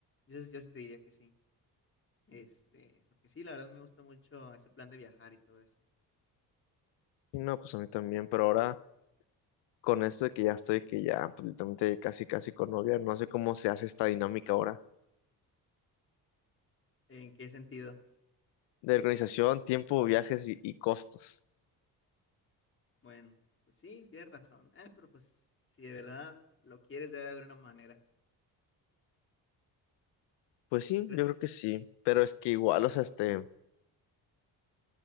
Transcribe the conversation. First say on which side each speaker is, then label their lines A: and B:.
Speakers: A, on the left (about 30°); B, on the left (about 85°).
A: yo, sí- yo sí te diría que sí, este, porque sí, la verdad me gusta mucho ese plan de viajar y todo eso.
B: Y no, pues a mí también, pero ahora con esto de que ya estoy, que ya pues, literalmente casi casi con novia, no sé cómo se hace esta dinámica ahora
A: ¿En qué sentido?
B: de organización, tiempo, viajes y, y costos.
A: Bueno, pues sí, tienes razón, eh, pero pues si de verdad lo quieres debe de haber una manera,
B: Pues sí,
A: ¿no crees
B: yo creo
A: eso?
B: que sí, pero es que igual, o sea, este,